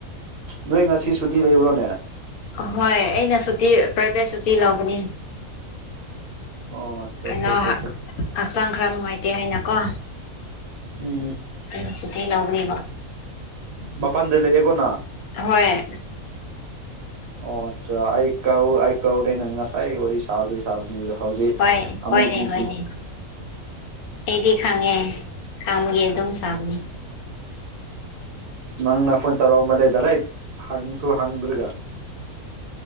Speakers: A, on the right; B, on the left.
A: ꯅꯣꯏ ꯉꯁꯤ ꯁꯨꯇꯤ ꯂꯩꯕ꯭ꯔꯣꯅꯦ
B: ꯑꯍꯣꯏ ꯑꯩꯅ ꯁꯨꯇꯤ ꯄ꯭ꯔꯥꯏꯚꯦꯠ ꯁꯨꯇꯤ ꯂꯧꯕꯅꯤ
A: ꯑꯣ ꯑꯠꯆꯥ
B: ꯀꯩꯅꯣ
A: ꯑꯠꯆꯥ ꯑꯠꯆꯥ
B: ꯍꯛꯆꯥꯡ ꯈꯔ ꯅꯨꯡꯉꯥꯏꯇꯦ ꯍꯥꯏꯅꯀꯣ
A: ꯎꯝ
B: ꯑꯩꯅ ꯁꯨꯇꯤ ꯂꯧꯕꯅꯦꯕꯥ
A: ꯃꯄꯥꯟꯗ ꯂꯩꯌꯦꯒꯣꯟꯅ
B: ꯍꯣꯏ
A: ꯑꯣ ꯑꯆꯥ ꯑꯩ ꯀꯧ ꯑꯩ ꯀꯧꯔꯦꯅ ꯉꯁꯥꯏ ꯋꯥꯔꯤꯔꯤ ꯁꯗ ꯍꯧꯖꯤꯛ
B: ꯍꯣꯏ
A: ꯑꯃꯨꯛ
B: ꯍꯣꯏꯅꯦ
A: ꯅꯤꯡꯁꯤꯡ
B: ꯍꯣꯏꯅꯦ ꯑꯩꯗꯤ ꯈꯥꯡꯉꯦ ꯈꯥꯡꯕꯒꯤ ꯑꯗꯨꯝ ꯁꯥꯕꯅꯤ
A: ꯅꯪꯅ ꯐꯣꯟ ꯇꯧꯔꯛꯃꯜ ꯂꯩ ꯗꯥꯏꯔꯦꯛ ꯍꯪꯁꯨ ꯍꯪꯗ꯭ꯔꯒ